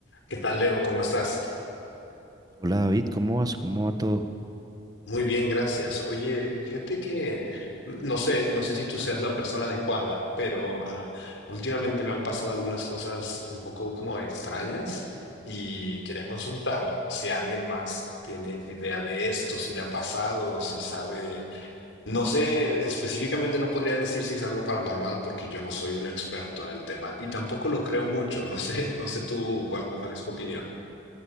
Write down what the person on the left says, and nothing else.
¿Qué tal, Leo? ¿Cómo estás?
Muy bien, gracias. Oye, fíjate que mm, no sé, no sé si tú seas la persona adecuada, pero ah, últimamente me han pasado algunas cosas un poco como extrañas y quería consultar si alguien más tiene idea de esto, si le ha pasado, si sabe. No sé, específicamente no podría decir si es algo paranormal porque yo no soy un experto en el tema y tampoco lo creo mucho. No sé, no sé tú cuál, cuál es tu opinión.